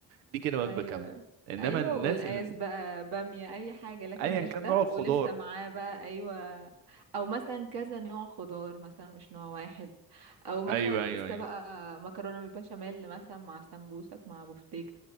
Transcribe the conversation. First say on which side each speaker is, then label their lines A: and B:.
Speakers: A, on the right; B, on the right.
A: دي كده وجبة
B: ايوه
A: كاملة انما
B: ايوه
A: الناس
B: وقلقاس
A: اللي
B: بقى باميه اي حاجه لكن
A: ايا
B: مش
A: كان
B: ده
A: نوع الخضار
B: ولسه معاه بقى ايوه او مثلا كذا نوع خضار مثلا مش نوع واحد او مثلا
A: ايوه ايوه
B: لسه
A: ايوه
B: بقى مكرونه بالبشاميل مثلا مع سمبوسك مع بفتيك